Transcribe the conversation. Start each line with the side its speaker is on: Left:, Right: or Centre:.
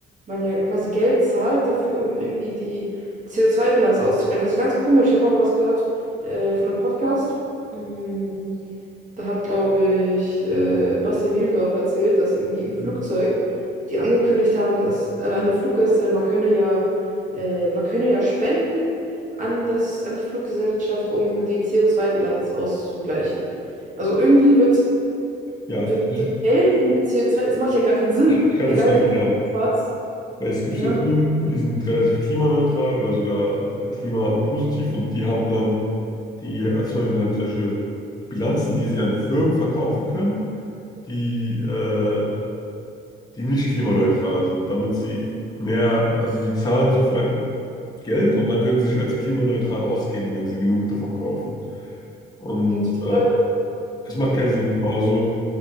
Right: man ja quasi Geld zahlt dafür, um irgendwie die CO2-Bilanz auszugleichen. Also ganz komisch. Ich habe auch mal was gehört äh, von einem Podcast. Mm, da hat, glaube ich, äh, Bastian Bielendorfer erzählt, dass irgendwie im
Left: Mhm.
Right: Flugzeug die angekündigt haben, dass äh, an die Fluggäste, man könne ja, äh, man könne ja spenden an das, an die Fluggesellschaft, um die CO2-Bilanz auszugleichen. Also irgendwie wird,
Left: Ja,
Right: wird,
Left: also ich,
Right: wird Geld irgendwie mit CO2, das macht ja gar keinen Sinn.
Left: ich kann
Right: Weil
Left: es
Right: Egal
Left: dir erklären.
Right: wie viel Geld du hast,
Left: Weil es gibt
Right: Ja.
Left: ja Firmen, die sind relativ klimaneutral oder sogar äh, klimapositiv und die haben dann, die erzeugen halt solche Bilanzen, die sie an Firmen verkaufen können, die, äh, die nicht klimaneutral sind, damit sie mehr, also sie zahlen sozusagen Geld und dann können sie sich als klimaneutral ausgeben, wenn sie genug davon kaufen. Und
Right: ja total.
Left: äh, Es macht keinen Sinn, genau. Also,